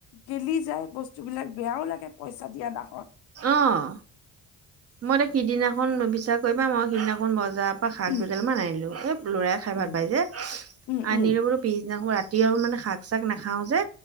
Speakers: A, on the left; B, on the right.
A: গেলি যায় বস্তু বস্তুবিলাক বেয়াও লাগে, পইচা দিয়া ডাখন।
B: অঁ, মই ত সিদিনাখন বিশচাস কৰিবা, মই সিদিনাখন বজাৰ শাক
A: উম
B: দুডাল মান আনিলো। এই লৰাই খাই
A: উম
B: ভাল পাই যে।
A: উম
B: আনিলো
A: উম
B: বোলো পিছদিনাখন ৰাতি আৰু মানে শাক-চাক নাখাও যে